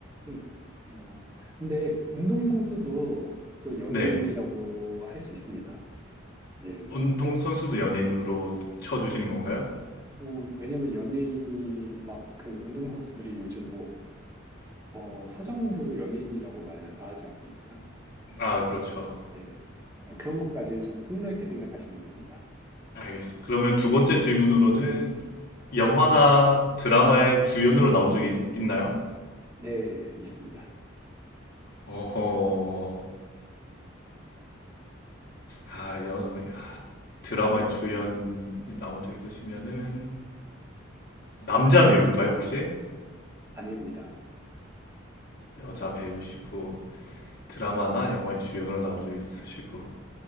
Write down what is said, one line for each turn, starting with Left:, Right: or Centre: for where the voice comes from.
Right: 있고, 뭐. 근데 운동선수도 또 연예인이라고
Left: 네,
Right: 할 수 있습니다. 예를 들어서.
Left: 운동선수도 연예인으로 쳐주시는 건가요?
Right: 어, 왜냐면 연예인이 막 그 운동선수들이 요즘 뭐, 어, 서정훈도 연예인이라고 말, 말하지 않습니까?
Left: 아, 그렇죠.
Right: 네. 그런 것까지 좀 폭넓게 생각하시면 됩니다.
Left: 알겠습니다. 그러면 두 번째 질문으로는 영화나 드라마의 주연으로 나온 적이 있나요?
Right: 네, 있습니다.
Left: 어허. 아, 여, 야, 드라마에 주연 나온 적 있으시면은 남자 배우일까요, 혹시?
Right: 아닙니다.
Left: 여자 배우시고 드라마나 영화의 주연으로 나온 적 있으시고